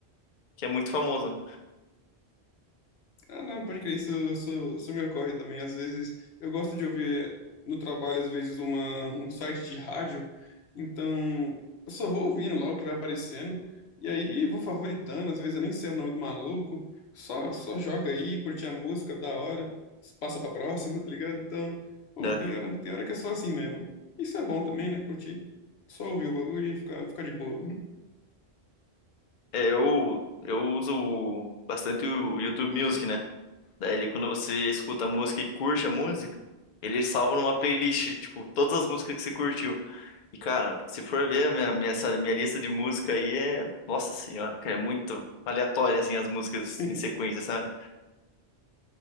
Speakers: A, on the left; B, on the left.
A: que é muito famoso, né?
B: Ah, não, pode crer, isso, isso, isso me ocorre também. Às vezes, eu gosto de ouvir no trabalho, às vezes, uma, um site de rádio, então eu só vou ouvindo lá o que vai aparecendo, e aí vou favoritando, às vezes eu nem sei o nome do maluco, só, só joga aí, curte a música, da hora, passa pra próxima, tá ligado? Então, pô,
A: né
B: tem hora, tem hora que é só assim mesmo. Isso é bom também, né? Curtir. Só ouvir o bagulho e ficar, ficar de boa.
A: É, eu, eu uso bastante o YouTube Music, né? Daí ele, quando você escuta a música e curte a música, ele salva numa playlist, tipo, todas as músicas que você curtiu. E, cara, se for ver a minha, minha, essa minha lista de música aí é. Nossa senhora, cara, é muito aleatório, assim, as músicas
B: <laughs>
A: em sequência, sabe?